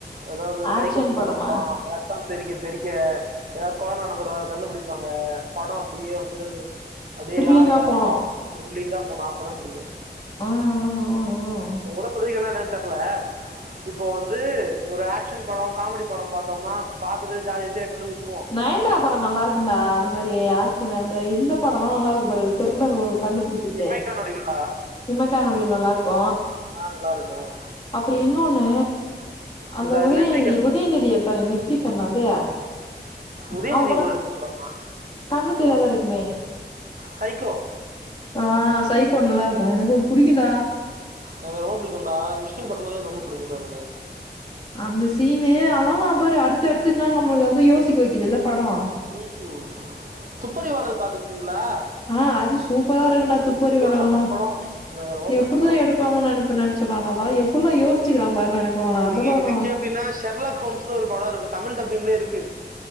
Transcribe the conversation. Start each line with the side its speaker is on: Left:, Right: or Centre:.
Right: அதாவ்து இந்த
Left: ஆக்ஷன்
Right: சைக்கோ திரில்லர்
Left: படமா
Right: பட ரத் தம் தெரிக்க தெரிக்க எதாவ்து கொல நடந்துரு அத கண்டுபுடிப்பாங்க பட அப்டியே வந்து அப்டியே
Left: த்ரில்லிங்கா
Right: யாரு யாரு
Left: போனு
Right: யாரு திரிலிங்கா போனு அப்பதா புடிக்கு
Left: ஆ ஆ ஆ ஆ
Right: இத உங்கட்ட சொல்லிருக்கனா என்னன் தெர்ல இப்போ வந்து ஒரு ஆக்க்ஷன் பட காமெடி பட பாத்தம்னா அத பாத்துட்டு ஜாலியா என்ஜாய் பண்ணிட்டு விட்ருவோ
Left: நயன்தாரா பட நல்லா இருக்குன்டா அந்த மாரி ஆக்க்ஷன் அந்த இந்த படலா நல்லா இருக்கு பாரு திரிலர் ஓ கண்டுபிடிக் இப்ப
Right: இமைக்கன் நடிகளா
Left: இமைக்கா நொடிகள் நல்லா இருக்கு
Right: நல்லா இருக்கும்
Left: அப்றோ இன்னொன்னு அந்த
Right: இந்த
Left: உதயநிதி
Right: நெட்ரிகன்
Left: உதயநிதி எடுத்தானே நெற்றிக் கண் அதயா
Right: உதயநிதி
Left: அவங் கூட
Right: எடுத்து படம்
Left: கண்ணு தெரியாதா இருக்குமே
Right: சைக்கோ
Left: ஆ சைக்கோ நல்லா இருக்கு எனக்கு அது புடிக்குன்டா
Right: அ எனக்கு ரொம்ப புடிக்குங்க்கா மிஷ்கின் படனாலே எனக்கு ரொம்ப புடிக்குங்க்கா எனக்கு
Left: அந்த சீனு அமலா பாரு அடுத்து அடுத்து என்னா நம்மளுக்கு வந்து யோசிக்க வைக்குது இல்ல படம்
Right: உம் துப்பறிவாளர் பாத்துருக்கீங்களா
Left: ஆ அது சூப்பரா இருக்குன்டா துப்பறிவாளளான்
Right: சம படம் எனக்கு ரொம்ப பிடிச்ச
Left: எப்படிதான்
Right: படம்
Left: எடுப்பாங்கன்னு நினைப்ப நினைச்ச நானு அதனால எப்டியெல்லாம் யோசிச்சி நடிச்சிருக்கான் பாருல்லா நெனைப்பன் நானு அந்த
Right: நீங்க
Left: படம்
Right: இதுக்கே
Left: நானா
Right: அப்டின்னா ஷர்லாக் ஹோம்ஸ்ன்னு ஒரு படம் இருக்கு தமிழ் டப்பிங்லே இருக்கு